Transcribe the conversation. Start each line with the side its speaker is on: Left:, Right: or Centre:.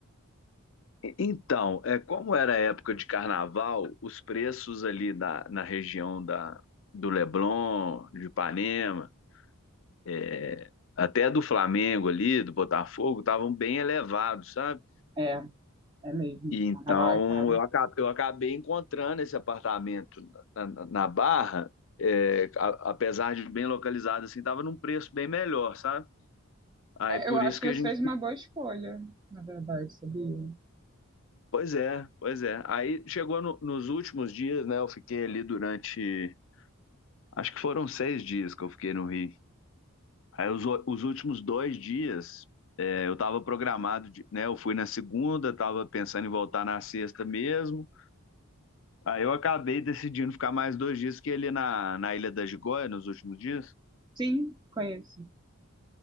Left: E- Então, é, como era a época de carnaval, os preços ali da na região da, do Leblon, de Ipanema, é, até do Flamengo ali, do Botafogo, estavam bem elevados, sabe?
Right: É, é mesmo.
Left: E então
Right: Carnaval é caro.
Left: eu acabei, eu acabei encontrando esse apartamento na, na- na Barra, é, a- apesar de bem localizado, assim, estava num preço bem melhor, sabe? Aí
Right: É,
Left: por
Right: eu acho
Left: isso
Right: que
Left: que a
Right: você
Left: gente
Right: fez uma boa escolha, na verdade, sabia?
Left: Pois é, pois é. Aí chegou no- nos últimos dias, né? Eu fiquei ali durante. Acho que foram seis dias que eu fiquei no Rio. Aí os, o- os últimos dois dias, é, eu estava programado, de- né? Eu fui na segunda, estava pensando em voltar na sexta mesmo. Aí eu acabei decidindo ficar mais dois dias que ele na, na Ilha da Gigoia nos últimos dias.
Right: Sim, conheço.